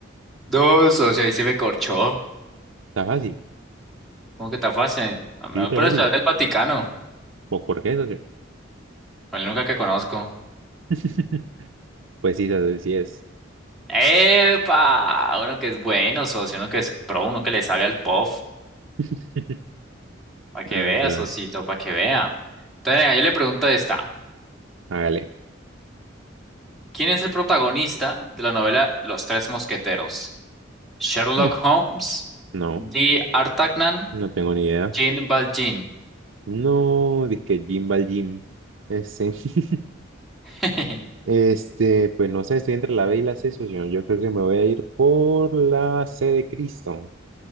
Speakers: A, in the centre; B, on the right (about 80°).
A: Dos, socio, ahí se me corchó.
B: Está fácil.
A: ¿Cómo que está fácil? Me
B: Sí,
A: voy
B: está
A: por
B: fácil.
A: la Ciudad del Vaticano,
B: ¿Vos por qué, socio?
A: la única que conozco.
B: <laughs> Pues sí, socio, sí es.
A: ¡Epa! Uno que es bueno, socio, uno que es pro, uno que le sabe al puff.
B: <laughs>
A: Para que
B: No,
A: vea,
B: no, no.
A: socito, para que vea. Entonces, venga, yo le pregunto esta.
B: Hágale.
A: ¿Quién es el protagonista de la novela Los Tres Mosqueteros? ¿Sherlock
B: Hmm,
A: Holmes,
B: No,
A: D. Artagnan,
B: no tengo ni idea.
A: Jean Valjean?
B: No, dizque Jim va al gym. Este, <laughs>
A: <laughs>
B: este, pues no sé, estoy entre la B y la C, socio. Yo creo que me voy a ir por la C de Cristo.